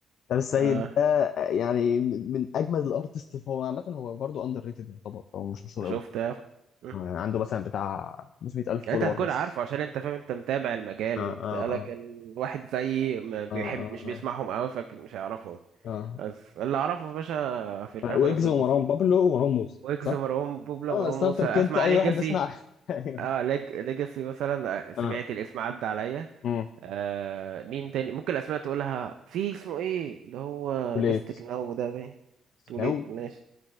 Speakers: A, on the left; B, on the right.
A: شهاب السيد
B: اه
A: ده آه، يعني من من اجمد الارتست هو عامه هو برضه اندر ريتد يعتبر فهو مش مشهور
B: شفت
A: قوي
B: يا أخي. مم.
A: يعني عنده مثلا بتاع 500000
B: يعني
A: فولور
B: انت هتكون
A: بس
B: عارفه عشان انت فاهم انت متابع المجال
A: اه
B: وبتاع
A: اه
B: لكن واحد زيي ما بيحب
A: اه اه
B: مش بيسمعهم قوي فاكر مش هيعرفه
A: اه
B: بس اللي اعرفه يا باشا في الرابرز
A: اه ويجز
B: المصري
A: ومروان بابلو ومروان موسى
B: ويجز
A: صح؟
B: مروان بوبلا
A: اه
B: مروان
A: ستارتر
B: موسى اسمع
A: كيت اي
B: ليجاسي
A: واحد بيسمع <laughs> ايوه
B: اه ليج... ليجاسي مثلا آه، سمعت
A: اه
B: الاسم عدى عليا
A: امم
B: آه مين تاني ممكن الاسماء تقولها في اسمه ايه اللي هو
A: وليت
B: بيستك ناو ده باين توليت
A: نو
B: ماشي